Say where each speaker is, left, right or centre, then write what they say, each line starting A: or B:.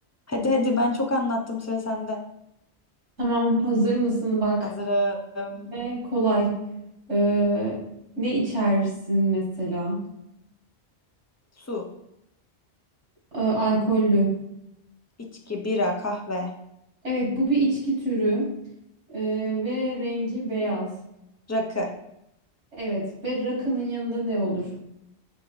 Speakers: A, on the left; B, on the right.
A: Hadi hadi ben çok anlattım sıra sende.
B: Tamam, hazır mısın? Bak
A: Hazırım.
B: ve kolay. Ee, ne içersin mesela?
A: Su,
B: Ee, alkollü.
A: içki, bira, kahve,
B: Evet, bu bir içki türü Ee, ve rengi beyaz.
A: rakı,
B: Evet, ve rakının yanında ne olur?